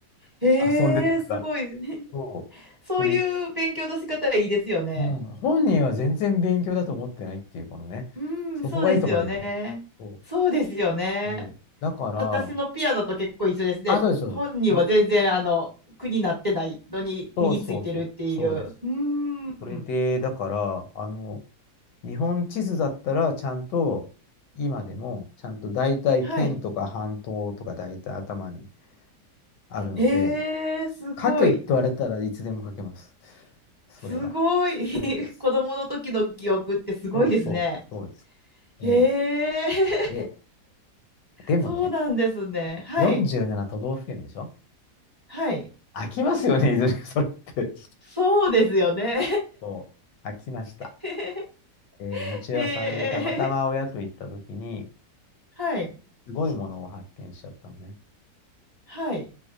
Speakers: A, on the right; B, on the left.
A: へえ、
B: <laughs> 遊んでたから。
A: すごい。<laughs>
B: そう。
A: そういう勉強の仕方いいですよね。
B: それ、うん。本人は全然勉強だと思ってないっていう、このね。
A: うーん、
B: そこがいいとこだよね。
A: そうですよね。
B: そう。
A: そうですよね。
B: そう。だから、
A: 私のピアノと結構一緒ですね。
B: あ、そうです、そうそう。
A: 本人は全然、あの、苦になってないのに身についてるっていう。
B: そうそうそうそうそう。そうです。
A: うーん。
B: それで、だから、あの、日本地図だったら、ちゃんと、今でも、ちゃんと大体県とか半島とか大体頭に
A: はい。
B: あるので、
A: へえ、すごい。
B: 書けって言われたらいつでも書けます。それは。
A: すごい。
B: 大丈夫です。
A: <laughs> 子供の時の記憶ってすごいですね。
B: そうそう、そうです。ね
A: へえ、<laughs>
B: えで、でもね、
A: そうなんですね。はい。
B: 47都道府県でしょ
A: はい。
B: 飽きますよね、いずれ <laughs> それって。
A: そうですよね。
B: そう、飽きました。
A: <laughs>
B: えーお餅屋さんにたまたま親と行った時に、
A: へえ、はい。
B: すごいものを発見しちゃったのね。
A: はい。